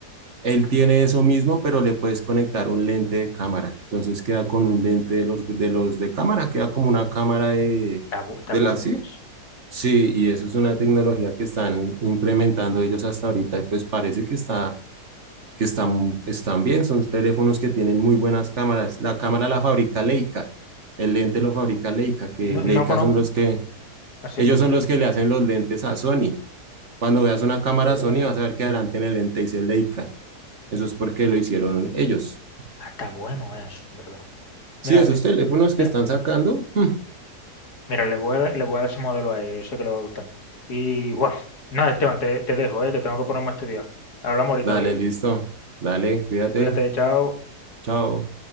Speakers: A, on the right; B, on the left.
A: Él tiene eso mismo, pero le puedes conectar un lente de cámara. Entonces queda con un lente de los de, los de cámara, queda como una cámara de,
B: Está, bu- está
A: de
B: bueno
A: la sí.
B: eso.
A: Sí, y eso es una tecnología que están implementando ellos hasta ahorita y pues parece que está que están, están bien. Son teléfonos que tienen muy buenas cámaras. La cámara la fabrica Leica, el lente lo fabrica Leica, que
B: No,
A: Leica
B: no conozco.
A: son los que,
B: ¿Así?
A: ellos son los que le hacen los lentes a Sony. Cuando veas una cámara
B: Oh,
A: Sony vas a ver que adelante en el lente dice Leica. Eso es porque lo hicieron ellos.
B: ah, está bueno eso, en verdad.
A: Sí,
B: Mira,
A: es
B: le-
A: usted, teléfonos que
B: mira,
A: están sacando. <laughs>
B: mira, le voy a, dar- le voy a dar ese modelo a ella, yo sé que le va a gustar. Y bueno, nada, Esteban, te, te dejo, eh, que tengo que ponerme a estudiar. Hablamos ahorita,
A: Dale,
B: viejito.
A: listo. Dale, cuídate.
B: Cuídate, chao.
A: Chao.